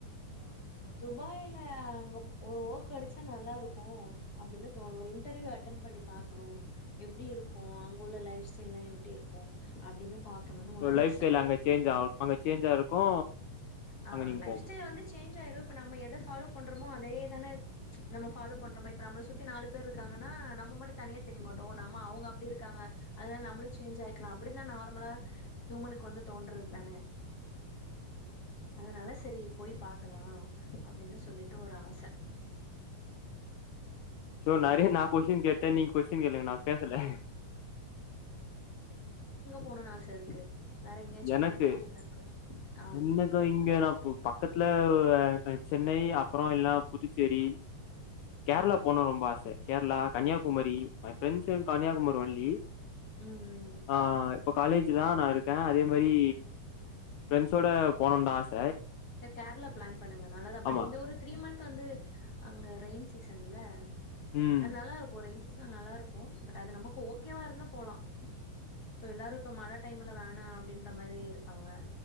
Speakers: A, on the left; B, on the left.
A: துபாயில அங்க ஒரு ஒக் கெடைச்சா நல்லாருக்கு அப்டினு தோணு ஒரு இன்டர்வியூ அட்டன் பண்ணி பாக்கணு எப்டி இருக்கு அங்க உள்ள லைஃப் ஸ்டைல்லா எப்டி இருக்கு அப்டின்னு பாக்கணுனு
B: உங்க
A: ஒரு
B: லைஃப்
A: ஆச
B: ஸ்டைல் அங்க சேஞ்ச் ஆவ் அங்க சேஞ்சா இருக்கு
A: ஆ
B: அங்க நீங்க
A: லைஃப்
B: போங்
A: ஸ்டைல் வந்து சேஞ்ச் ஆயிரு இப்ப நம்ம எத ஃபாலோ பண்றோமோ அதேதான நம்ம ஃபாலோ பண்ற மாரி இப்ப நம்பள சுத்தி நாலு பேரு இருக்காங்கன்னா நம்ம மட்டு தனியா தெரியமாட்டோ நம்ம அவுங்க அப்டி இருக்காங்க அத்னால நம்மளும் சேஞ்சாயிக்லா அப்டின்தான நார்மலா ஹ்யூமனுக்கு வந்து தோன்றத் தான அதனால சரி போய்ப் பா க்கலா அப்டின்னு சொல்லிட்டு ஒரு ஆச
B: சோ நறைய
A: ஃபியூச்சர்ல
B: நா கொஷ்ஷின் கேட்ட நீங்க கொஷ்ஷின் கேளுங்க நா பேசல
A: போணுனு ஆச இருக்கு வேற எங்கயாச்சு
B: எனக்கு
A: போணுன்னு ஆசல்லா இருக்கா ஆ
B: இன்னக்கா இங்க நா ப பக்கத்துல சென்னை அப்பறொ இல்னா புதுச்சேரி கேர்ளா
A: ஓ
B: போனுன் ரொம்ப ஆச கேர்ளா Kanyakumari my friends in Kanyakumari only
A: ம்
B: ஆ இப்பொ காலேஜுதா நாருக் அதே மாரி ஃப்ரண்ட்ஸோட போனோனு ஆச
A: சே கேர்ளா ப்ளான் பண்ணுங்க நல்லாதா பட்
B: ஆமா
A: இந்த ஒரு த்ரீ மந்த் து வந்து அங்க ரெயின் சீசன்ல
B: ம்
A: அத் நல்லா இருக்கு ரெய்ன் சீ நல்லாருக்கு பட் அது நமக்கு ஓகேவா இருந்தா போலா சோ எல்லாரு இப்ப மழ டைம்ல வேணா அப்படின்ற மாரி இருப்பாங்க